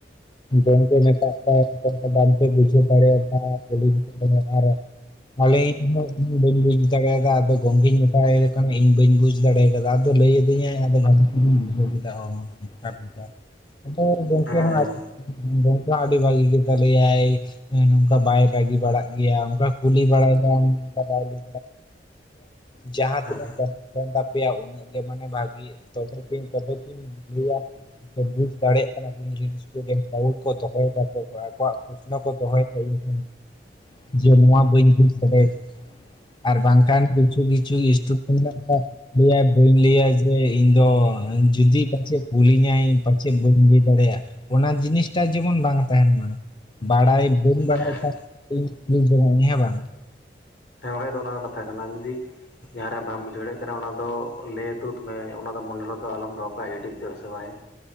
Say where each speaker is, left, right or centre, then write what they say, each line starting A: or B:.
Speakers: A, on the left; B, on the left.
A: ᱜᱚᱝᱠᱮ ᱢᱮᱛᱟᱜ ᱠᱚᱣᱟᱭ ᱚᱠᱚᱭ ᱠᱚ ᱵᱟᱝ ᱯᱮ ᱵᱩᱡᱷᱟᱣ ᱫᱟᱲᱮ ᱭᱟᱫᱟ ᱠᱩᱞᱤᱧ ᱯᱮ <unintelligible> <unintelligible> ᱤᱧ ᱵᱟᱹᱧ ᱵᱩᱡ ᱫᱟᱲᱮᱭᱟᱫᱟ ᱟᱫᱚ ᱜᱚᱝᱠᱮᱧ ᱢᱮᱛᱟᱭᱮ ᱠᱟᱱᱟ ᱤᱧ ᱵᱟᱹᱧ ᱵᱩᱡ ᱫᱟᱲᱮ ᱟᱫᱟ ᱞᱟᱹᱭ ᱟᱹᱫᱤᱧᱟᱭ ᱟᱫᱚ ᱱᱟᱜ <unintelligible> ᱵᱩᱡᱷᱟᱣ ᱠᱮᱫᱟ ᱱᱚᱝᱠᱟ ᱱᱚᱝᱠᱟ ᱟᱫᱚ ᱜᱚᱝᱠᱤ
B: ᱦᱮᱸ
A: ᱦᱚᱸ ᱜᱚᱝᱠᱮ ᱦᱚᱸ ᱟᱰᱤ ᱵᱷᱟᱜᱮ ᱜᱮ ᱛᱟᱞᱮᱭᱟᱭ ᱱᱚᱝᱠᱟ ᱵᱟᱭ ᱨᱟᱹᱜᱤ ᱵᱟᱲᱟᱜ ᱜᱮᱭᱟ ᱚᱝᱠᱟ ᱠᱩᱞᱤ ᱵᱟᱲᱟᱭ ᱱᱚᱝᱠᱟ <unintelligible> ᱡᱟᱦᱟᱸ
B: ᱦᱮᱸ
A: ᱛᱤᱱᱟᱹᱜ <unintelligible> ᱛᱟᱯᱮᱭᱟ ᱩᱱᱟᱹᱜ ᱜᱮ ᱢᱟᱱᱮ ᱵᱷᱟᱜᱮ ᱛᱚᱵᱮ ᱛᱚᱧ ᱛᱚᱵᱮ ᱛᱤᱧ ᱞᱟᱹᱭᱟ ᱵᱩᱡ ᱫᱟᱲᱮᱭᱟᱜ ᱠᱟᱱᱟ ᱠᱚ ᱤᱧ‌ᱨᱮᱱ <unintelligible> ᱥᱴᱩᱰᱮᱱᱴ ᱛᱟᱣ ᱠᱚ ᱫᱚᱦᱚᱭ ᱫᱟᱠᱚ ᱟᱠᱚᱣᱟᱜ ᱯᱚᱥᱱᱚ ᱠᱚ ᱫᱚᱦᱚᱭ ᱫᱟᱧ ᱴᱷᱮᱱ ᱡᱮ ᱱᱚᱣᱟ ᱵᱟᱹᱧ ᱡᱩᱡ ᱫᱟᱲᱮ
B: <inaudible>
A: ᱟᱨ ᱵᱟᱝᱠᱷᱟᱱ ᱠᱤᱪᱷᱩ ᱠᱤᱪᱷᱩ ᱥᱴᱩᱰᱮᱱᱴ ᱢᱮᱱᱟᱜ ᱠᱚᱣᱟ ᱞᱟᱹᱭᱟᱭ ᱵᱟᱹᱧ ᱞᱟᱹᱭᱟ ᱡᱮ ᱤᱧᱫᱚ ᱡᱩᱫᱤ ᱯᱟᱪᱮᱫ ᱠᱩᱞᱤᱧᱟᱭ ᱯᱟᱪᱮᱫ ᱵᱟᱹᱧ ᱞᱟᱹᱭ ᱫᱟᱲᱮᱭᱟᱜᱼᱟ ᱚᱱᱟ ᱡᱤᱱᱤᱥᱴᱟᱜ ᱡᱮᱢᱚᱱ ᱵᱟᱝ ᱛᱟᱦᱮᱱ ᱢᱟ ᱵᱟᱲᱟᱭ ᱵᱟᱹᱧ ᱵᱟᱲᱟᱭ
B: ᱦᱮᱸ
A: ᱠᱷᱟᱱ ᱤᱧ ᱡᱚᱝᱟᱭᱟ ᱦᱮᱸ ᱵᱟᱝ
B: ᱦᱮᱸ ᱵᱟᱠᱷᱟᱡ ᱚᱱᱟ ᱦᱚ‌ ᱠᱟᱛᱷᱟ ᱠᱟᱱᱟ ᱟᱢ ᱡᱩᱫᱤ ᱡᱟᱦᱟᱸ ᱨᱮ ᱵᱟᱢ ᱵᱩᱡᱷᱟᱹᱣᱮᱜ ᱠᱟᱱᱟ ᱚᱱᱟ ᱫᱚ ᱞᱟᱹᱭ ᱛᱩᱫ ᱢᱮ ᱚᱱᱟ ᱫᱚ ᱢᱚᱱᱮ ᱨᱮᱫᱚ ᱟᱞᱚᱢ ᱫᱚᱦᱚ ᱠᱟᱜᱼᱟ ᱦᱤᱰᱤᱡ ᱫᱚ ᱥᱮ ᱵᱟᱝᱟᱭ